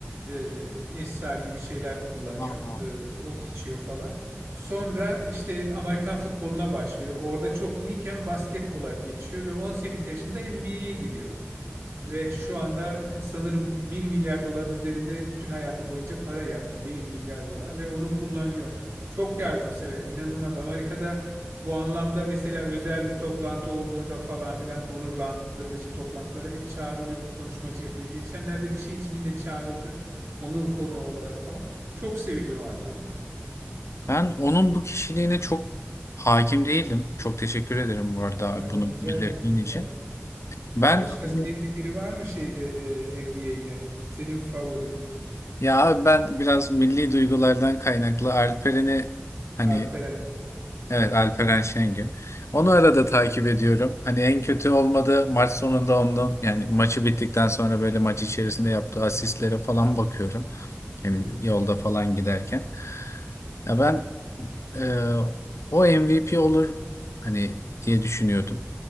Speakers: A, on the right; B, on the left.
A: e, esrar gibi şeyler kullanıyor,
B: aa.
A: e, ot içiyor falan. Sonra işte Amerikan futboluna başlıyor. Orada çok iyiyken basketbola geçiyor ve 18 yaşında NBA'ye giriyor. Ve şu anda sanırım bir milyar doların üzerinde bütün hayatı boyunca para yaptı. bir milyar dolar ve onu kullanıyor. Çok yardımsever, inanılmaz. Amerika'da bu anlamda mesela özel bir toplantı olduğunda falan filan onurlandırıcı toplantılara hep çağrılıyor, konuşmacı yapıyor. Geçenlerde bir şey için yine çağrıldı. Onur konuğu olarak falan. Çok seviliyor o anlamda.
B: Ben onun bu kişiliğine çok hakim değildim. Çok teşekkür ederim bu arada
A: Ya,
B: bunu
A: rica
B: belirttiğin
A: ederim, rica
B: için.
A: ederim.
B: Ben
A: Başka
B: hani,
A: sevdiğin biri var mı şeyde, NBA'de? Senin favorin,
B: ya abi ben biraz milli duygulardan kaynaklı Alperen'i hani
A: Alperen?
B: Evet Alperen Şengün. Onu arada takip ediyorum. Hani en kötü olmadı maç sonunda ondan yani maçı bittikten sonra böyle maç içerisinde yaptığı asistlere falan bakıyorum. Yani yolda falan giderken. Ya ben e, o MVP olur hani diye düşünüyordum.